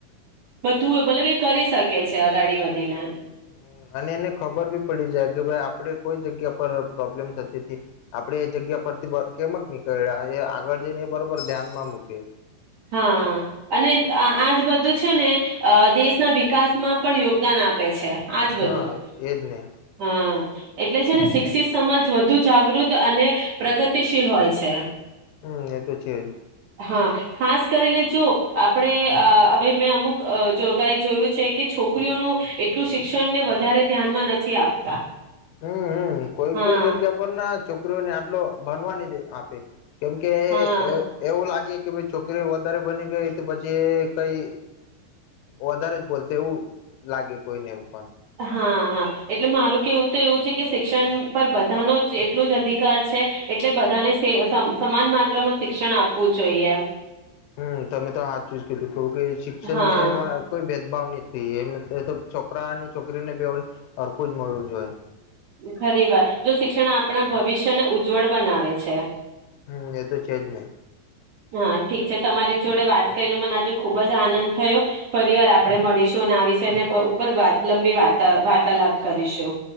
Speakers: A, on the right; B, on the left.
A: બધું મતલબ એ કરી શકે છે અગાડી વધીને.
B: હમ, અને એને ખબર ભી પડી જાય કે ભાઈ આપણે કોઈ જગ્યા પર પ્રોબ્લેમ થતી તી. આપડે એ જગ્યા પરથી કેમક નીકળ્યા એ આગળ જઈને એ બરોબર ધ્યાનમાં મૂકે.
A: હા, અને આજ બધું છે ને અ દેશના વિકાસમાં પણ યોગદાન આપે છે. આજ બધું
B: હા એજ ને.
A: હા એટલે છે ને શિક્ષિત સમાજ વધુ જાગૃત અને પ્રગતિશીલ હોય છે.
B: હમ, એ તો છે જ.
A: હા. ખાસ કરીને જુઓ, આપણે હવે મેં અમુક જોગાએ જોયું છે, કે છોકરીઓનું એટલું શિક્ષણને વધારે ધ્યાનમાં નથી આપતા.
B: હમ્મ કોઈ
A: હા
B: કોઈ જગ્યા પર ના. છોકરીઓને આટલો ભણવા ની દે આપે. કેમ કે
A: હા
B: એવું લાગે કે ભ છોકરીઓ વધારે બની ગઈ તો પછી કઈ વધારે જ બોલશે એવું લાગે કોઈને પણ
A: હા હા એટલે મારું કેવું તો એવું છે કે શિક્ષણ પર બધાનો જ એટલું જ અધિકાર છે એટલે બધાને સમાન માત્રામાં શિક્ષણ આપવું જોઈએ એમ
B: હમ તમે તો આ ચ કીધું કે કે શિક્ષણ
A: હા
B: એમાં કોઈ ભાવની એમ તો છોકરાની છોકરીને બેને હરખું જ મળવું જોઈએ
A: ખરી વાર જો શિક્ષણ આપણા ભવિષ્યને ઉજ્જવળ બનાવે છે
B: હમ એ તો છેજ નહી
A: હા ઠીક છે તમારી જોડે વાત કરીને મને આજે ખુબ જ આનંદ થયો ફરી વાર આપણે મળીશું અને આ વિષયને ઉપરત લંબી વાર્તાલાપ કરીશું